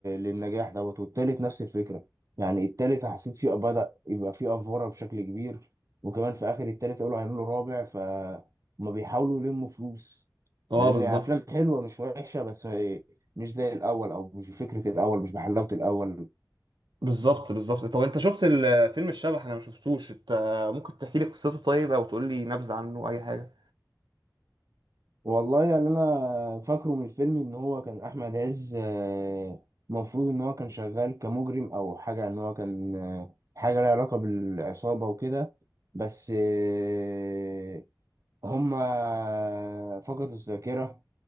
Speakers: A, on the right; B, on the right.
A: للنجاح دوت والتالت نفس الفكره يعني التالت حسيت فيه بدأ يبقى فيه افوره بشكل كبير وكمان في اخر التالت قالوا هيعملوا رابع فهم بيحاولوا يلموا فلوس
B: اه
A: مع ان
B: بالظبط
A: افلام حلوه مش وحشه بس مش زي الاول او مش بفكره الاول مش بحلاوه الاول
B: بالظبط بالظبط طب انت شفت ال- فيلم الشبح انا ما شفتوش انت ممكن تحكي لي قصته طيب او تقول لي نبذة عنه اي حاجة
A: والله يعني انا فاكره من الفيلم ان هو كان احمد عز آه، مفروض ان هو كان شغال كمجرم او حاجه ان هو كان آه، حاجه لها علاقه بالعصابه وكده بس آه، هما فقدوا الذاكره